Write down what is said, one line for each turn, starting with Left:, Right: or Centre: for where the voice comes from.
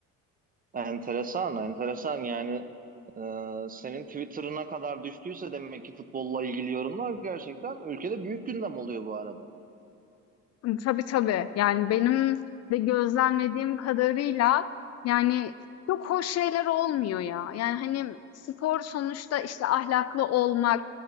Right: Enteresan, enteresan. Yani e, senin Twitter'ına kadar düştüyse demek ki futbolla ilgili yorumlar gerçekten ülkede büyük gündem oluyor bu arada.
Left: Imm, tabii, tabii. Yani, benim de gözlemlediğim kadarıyla, yani, çok hoş şeyler olmuyor ya. Yani, hani, spor sonuçta, işte, ahlaklı olmak,